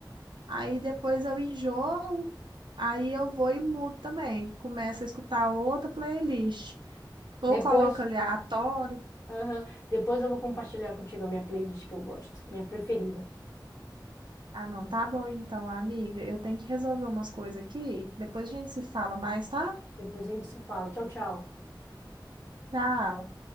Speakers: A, on the right (about 70°); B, on the left (about 35°).
A: Aí depois eu enjoo, aí eu vou e mudo também. Começo a escutar outra playlist. Ou
B: Depois.
A: coloco aleatório.
B: Aham. Depois eu vou compartilhar contigo a minha playlist que eu gosto, minha preferida.
A: Ah, não, tá bom então, amiga. Eu tenho que resolver umas coisas aqui. Depois a gente se fala mais, tá?
B: Depois a gente se fala. Tchau, tchau.
A: Tchau.